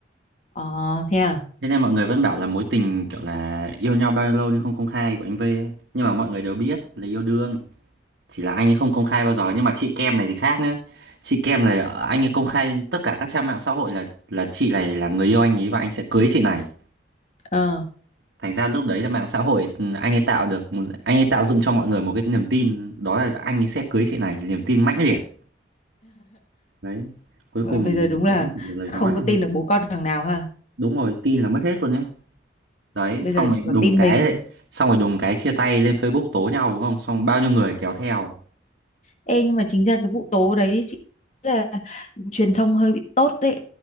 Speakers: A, on the left (about 40°); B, on the right (about 70°).
A: Ờ thế à?
B: thế nên mọi người vẫn bảo là mối tình kiểu là yêu nhau bao nhiêu lâu nhưng không công khai của anh V ấy. nhưng mà mọi người đều biết là yêu đương chỉ là anh ấy không công khai bao giờ nhưng mà chị Kem này thì khác nữa chị Kem này anh ấy công khai trên tất cả các trang mạng xã hội là là chị này là người yêu anh ấy và anh sẽ cưới chị này
A: Ờ
B: thành ra lúc đấy là mạng xã hội anh ấy tạo được anh ấy tạo dựng cho mọi người một cái niềm tin đó là anh ấy sẽ cưới chị này niềm tin mãnh liệt đấy cuối cùng
A: bây giờ đúng là
B: vẫn chỉ là lời
A: không
B: nói
A: có
B: thôi
A: tin được bố con thằng nào ha.
B: đúng rồi tin là mất hết luôn nhá đấy
A: Bây
B: xong
A: giờ
B: rồi
A: chỉ
B: đùng
A: có tin
B: cái
A: mình.
B: đấy xong rồi đùng cái chia tay lên Facebook tố nhau đúng không xong bao nhiêu người kéo theo
A: Ê nhưng mà chính ra cái vụ tố đấy chị nghĩ là truyền thông hơi bị tốt đấy.